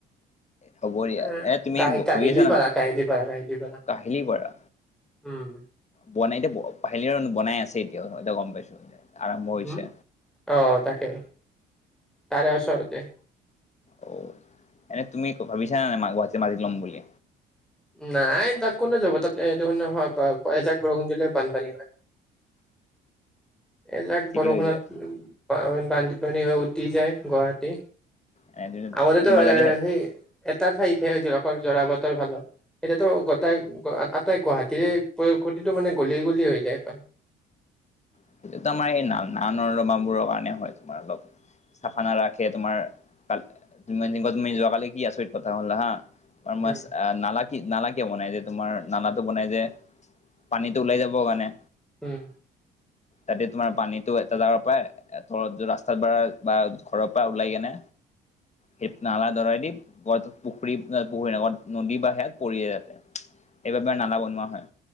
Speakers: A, on the left; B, in the centre.
A: হ'ব দিয়া
B: অ
A: এ তুমি
B: কাহি-কা-কাহিলিপাৰ-কাহলিপাৰা-কাহিলিপাৰা।
A: ভাবি আছা না কাহিলী পাৰা
B: উম।
A: বনাই এতিয়া <unintelligible> বনাই আছে এতিয়া এতিয়া গম পাইছো আৰম্ভ হৈছে।
B: হম অ তাকে তাৰে ওচৰতে।
A: অ এনে তুমি ভাবিছা নে নাই মা গুৱাহাটী মাটিত ল'ম বুলি?
B: নাই তাত কোনে যাব তাত <unintelligible> এজাক বৰষুণ দিলে বানপানী হয়। এইজাক
A: ঠিকে
B: বৰষুণত
A: হৈছে
B: বানপানী হৈ উতি যায় গুৱাহাটী।
A: এনে তুমি
B: আগতেতো
A: তোমাৰ তাতে
B: এ সেই এটা ঠাইতহে হৈছিল অকল জৰা বতৰ ফলত। এতিয়াতো গোটাই আটাই গুৱাহাটীৰে প্ৰতিটো মানে গলিয়ে গলিয়ে হৈ যায় পানী।
A: <unintelligible> সেই <unintelligible> বোৰৰ কাৰণে হয় তোমাৰ অলপ চাফা নাৰাখে তোমাৰ, <unintelligible> তুমি যোৱ কালি কি আছত কথা হ'লা হা
B: উম
A: <inaudible> নালা কি নালা কিয় বনাই যে তোমাৰ নালাটো বনাই যে পানীটো ওলাই যাব কাৰণে।
B: উম।
A: তাতে তোমাৰ পানীতো এটা জাগৰ পায় তলত ৰাস্তাত বাৰ বা ঘৰৰ পৰা ওলাই কেনে সেই নালা দৰাই দি ঘ পুখুৰী নহয় পুখুৰী নহয় নদী বা সিয়ত পৰিয়ে যাতে। সেইবাবে নালা বনোৱা হয়।